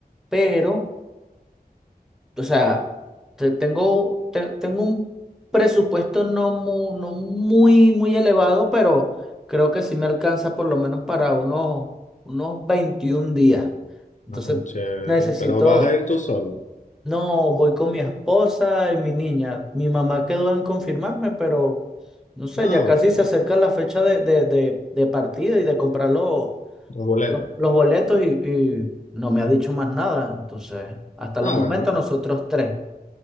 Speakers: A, in the centre; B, on the left.
A: Pero o sea, te- tengo, te- tengo un presupuesto no muy, no muy, muy elevado, pero creo que sí me alcanza por lo menos para unos, unos 21 días. Entonces
B: Ah, chévere.
A: necesito,
B: ¿Pero vas a ir tú solo?
A: no, voy con mi esposa y mi niña. Mi mamá quedó en confirmarme, pero no sé,
B: Ah,
A: ya casi
B: bueno,
A: se acerca la fecha de, de, de, de partida y de comprar los,
B: los boletos.
A: los, los boletos y, y no me ha dicho más nada. Entonces, hasta los
B: Ah,
A: momentos
B: bueno,
A: nosotros tres.